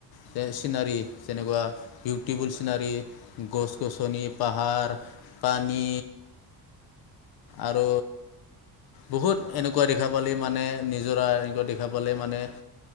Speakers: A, on the left (about 60°); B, on the right (about 40°).
A: যে চিনেৰি তেনেকুৱা বিউটিফুল
B: হয়
A: চিনেৰী, গছ-গছনি,
B: হয়
A: পাহাৰ, পানী আৰু বহুত
B: নিজৰা
A: এনেকুৱা দেখা পালে মানে, নিজৰা এংকত দেখা পালে মানে